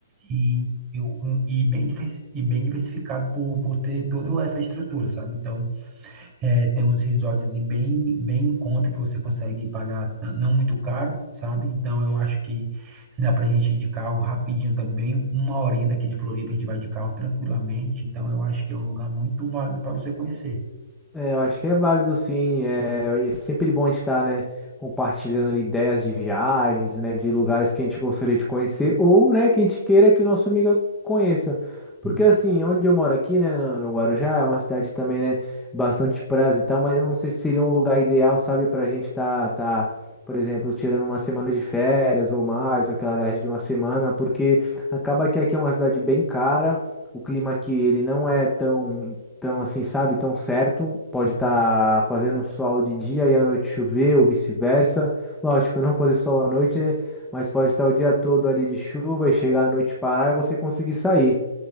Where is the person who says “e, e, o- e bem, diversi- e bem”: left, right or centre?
Right